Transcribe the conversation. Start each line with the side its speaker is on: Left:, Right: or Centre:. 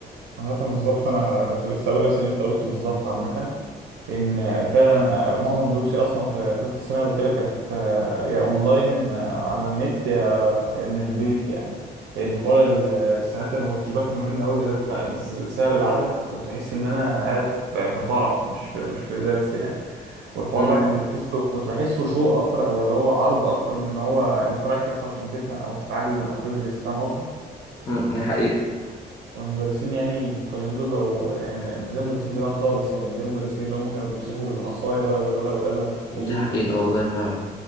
Right: عامة بالظبط انا كنت لسه اقول نفس اللي انت قلته بالظبط عامة ان فعلا معظم دروسي اصلا في ثالثه ثانوي وكده كانت آه، يا اونلاين آه، على النت يا يا من البيت يعني لان حوار ال- السنات اللي ما كنتش بفهم منه قوي بالذات بز- بسبب العدد كنت بحس ان انا قاعد في في فرح مش في مش في درس يعني والحوار
Left: مم.
Right: بقى كان بيتحسه كنت بحسه شو اكتر او اللي هو عرض اكتر من ان هو ان انت رايح حصه عشان تفهم او تتعلم او تدرس فاهم قصدي
Left: مم، دي حقيقة
Right: والمدرسين يعني بتوع اليومين دول بقوا يعني مش زي مدرسين زمان خالص يعني مش زي المدرسين اللي هم كانوا بيمسكوا العصاية بقى والورق والقلم ويحفظوك
Left: دي حقيقة والله فعلا